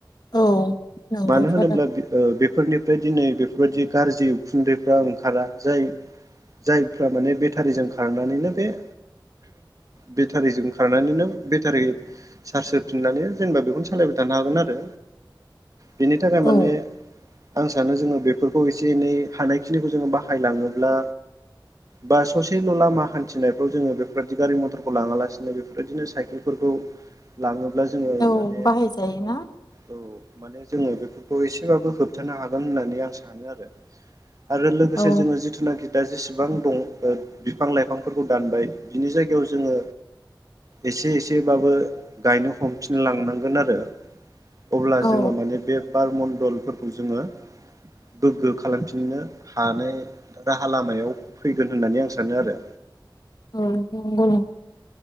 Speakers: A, on the left; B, on the right.
A: औ नंगौथ'
B: मानो होनोब्ला
A: आरो
B: बेफ अ बेफोरनिफ्राय दिनै बेफो। बेफोरबायदि गाज्रि उखुन्दैफ्रा ओंखारा जाय जायफ्रा माने बेटारिजों खारनानैनो। दे। बेटारिजों खारनानैनो बेटारि चार्ज होफिननानै जेनेबा बेखौनो सालायबाय था। जानो हागोन आरो बेनि थाखाय माने
A: औ
B: आं सानो जोङो बेफोरखौ एसे एनै हानायखिनिखौ जोङो बाहायलाङोब्ला बा ससेल' लामा हान थिनायफ्राव जोङो बेफोरबायदि गारि मथरखौ लाङा लासिनो बेफोरबायदिनो साइकेलफोरखौ लाङो ब्ला जोङो
A: औ
B: माने
A: बाहायजायोना
B: औ। माने जोङो बेफोरखौ एसेबाबो होबथानो हागोन होननानै आं सानो आरो। आरो लोगोसे
A: औ
B: जोङो जिथुनाखि दा जेसेबां दङ अ बिफां लाइफां। फोरखौ दानबाय बिनि जायगायाव जोङो एसे एसेबाबो गायनो हमफिनलांनांगोन आरो अब्ला
A: औ
B: जोङो माने बे बार मण्न्दलफोरखौ जोङो गोग्गो खालामफिननो हानाय राहा लामायाव फैगोन होननानै आं सानो आरो।
A: औ नंगौ नं